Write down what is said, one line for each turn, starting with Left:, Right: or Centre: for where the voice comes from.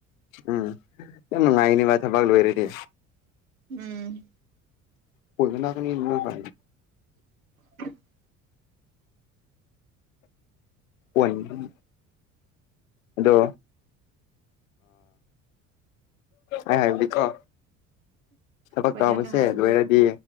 Left: ꯎꯝ ꯐꯖꯥ ꯅꯨꯡꯉꯥꯏꯅꯤꯕ ꯃꯥ ꯊꯕꯥꯛ ꯂꯣꯏꯔꯗꯤ
Right: ꯎꯝ
Left: ꯄꯨꯣꯏꯗꯅꯥ ꯀꯅꯤ ꯏ ꯐ
Right: <unintelligible>
Left: ꯍꯣꯏꯅꯦ ꯍꯣꯏꯅꯦ <inaudible> ꯑꯗꯣ ꯑꯩ ꯍꯥꯏꯕꯗꯤꯀꯣ ꯊꯕꯛ
Right: ꯍꯣꯏ
Left: ꯇꯥꯕꯁꯦ
Right: ꯅꯪꯅ ꯍꯥꯏꯕꯗꯤ
Left: ꯂꯣꯏꯔꯗꯤ